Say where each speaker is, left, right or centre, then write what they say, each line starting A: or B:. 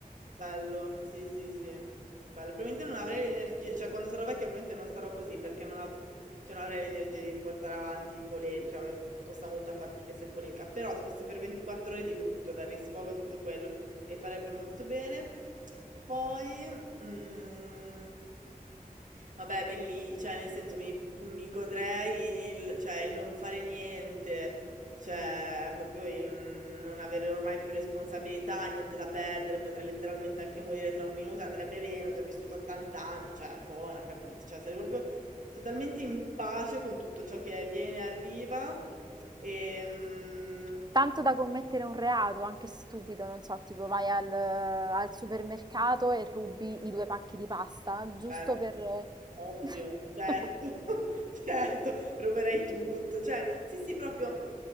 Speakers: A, on the right (about 55°); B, on the right (about 30°).
A: Bello, sì, sì, sì. Bello. Probabilmente non avrei l'energia, cioè quando sarò vecchia probabilmente non sarò così perché non, av- cioè, non avrei l'energia di portare avanti polemiche, cioè a me costa molta fatica essere polemica, però se fosse per 24 ore di brutto, dare sfogo a tutto quello e farebbe molto bene. Poi, mm, Vabbè, belli, cioè, nel senso, mi, mi godrei il, cioè, il non fare niente, cioè, proprio il non avere ormai più responsabilità, niente da perdere, potrei letteralmente anche morire tra un minuto, andrebbe bene, ho già vissuto 80 anni, cioè, buona, capito? Cioè, sarei proprio totalmente in pace con tutto ciò che viene e arriva, e... mm,
B: Tanto da commettere un reato, anche stupido, non so, tipo vai al, al supermercato e rubi i 2 pacchi di pasta, giusto
A: certo.
B: per...
A: Ovvio,
B: <laughs>
A: certo, <laughs> certo, roverei tutto, cioè, sì, sì, proprio,